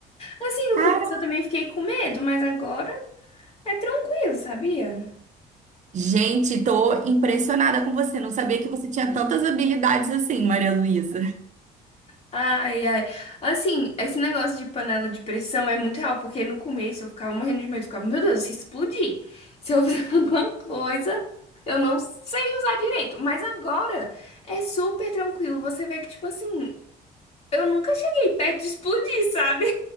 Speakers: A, on the left; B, on the right.
A: Assim, no
B: Caramba!
A: começo eu também fiquei com medo, mas agora é tranquilo, sabia?
B: Gente, tô impressionada com você. Não sabia que você tinha tantas habilidades assim, Maria Luísa.
A: Ai, ai. Assim, esse negócio de panela de pressão é muito real, porque no começo eu ficava morrendo de medo, eu ficava, meu Deus, se explodir, se eu fizer <laughs> alguma coisa, eu não sei usar direito. Mas agora é super tranquilo. Você vê que, tipo assim, eu nunca cheguei perto de explodir, sabe?